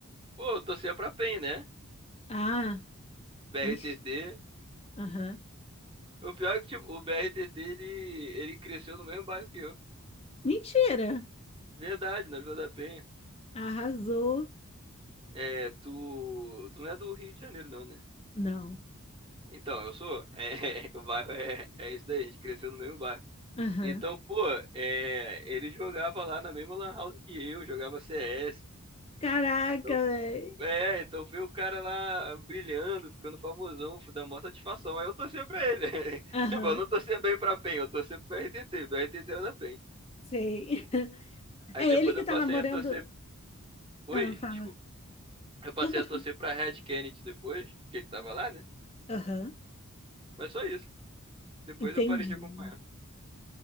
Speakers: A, on the right; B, on the left.
A: Pô, eu torcia pra PEN, né?
B: Ah,
A: BRTT.
B: vixe. Aham.
A: O pior é que tipo, o BRTT ele, ele cresceu no mesmo bairro que eu.
B: Mentira.
A: Verdade, na Vila da Penha.
B: Arrasou.
A: É, tu, tu não é do Rio de Janeiro, não, né?
B: Não.
A: Então, eu sou. É, <laughs> o bairro é, é isso daí, a gente cresceu no mesmo bairro.
B: Aham.
A: Então, pô, é, ele jogava lá na mesma lan house que eu, jogava CS.
B: Caraca,
A: Então,
B: velho.
A: é, então ver o cara lá brilhando, ficando famosão, dá maior satisfação. Aí eu torcia pra ele. <laughs>
B: Aham,
A: Tipo, eu não torcia bem pra PEN, eu torcia pro RTT, meu RTT era da PEN.
B: sei. <laughs>
A: Aí
B: É
A: depois
B: ele que
A: eu
B: tá
A: passei
B: namorando.
A: a torcer. Oi,
B: Ah, fala.
A: desculpa. Eu passei
B: Não, pode
A: a torcer
B: falar.
A: pra Red Kennedy depois, porque ele tava lá, né?
B: Aham,
A: Mas só isso. Depois
B: entendi.
A: eu parei de acompanhar.